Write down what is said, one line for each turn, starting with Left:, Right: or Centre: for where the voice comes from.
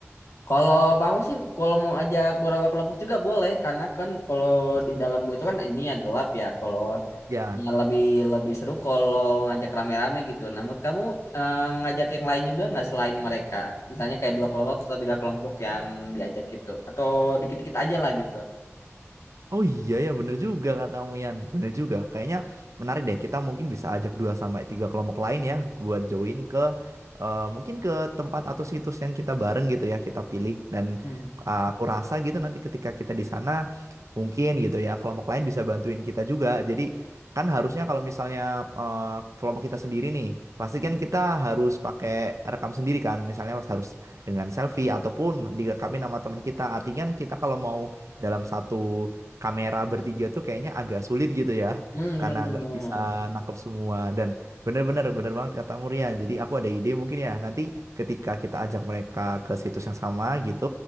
Left: Kalau bangun sih, kalau mau ajak beberapa kelompok juga boleh, karena kan kalau di dalam gue itu kan ini ya gelap ya. Kalau
Right: Ya.
Left: Ya, lebih lebih seru kalau ngajak rame-rame gitu. Namun kamu eh, ngajak yang lain juga nggak selain mereka? Misalnya kayak dua kelompok atau tiga kelompok yang diajak gitu, atau dikit-dikit aja lah gitu.
Right: Oh iya ya bener juga katamu Yan Bener juga Kayaknya menarik deh Kita mungkin bisa ajak dua sampai tiga kelompok lain ya Buat join ke eh, Mungkin ke tempat atau situs yang kita bareng gitu ya Kita pilih Dan
Left: Hmm,
Right: eh, aku rasa gitu nanti ketika kita di sana Mungkin gitu ya Kelompok lain bisa bantuin kita juga Jadi kan harusnya kalau misalnya eh, Kelompok kita sendiri nih Pasti kan kita harus pakai rekam sendiri kan Misalnya harus dengan selfie Ataupun direkamin sama teman kita Artinya kan kita kalau mau dalam satu kamera bertiga tuh kayaknya agak sulit gitu ya
Left: hmm benar-benar.
Right: karena nggak bisa nangkep semua dan bener-bener bener banget kata Murian jadi aku ada ide mungkin ya nanti ketika kita ajak mereka ke situs yang sama gitu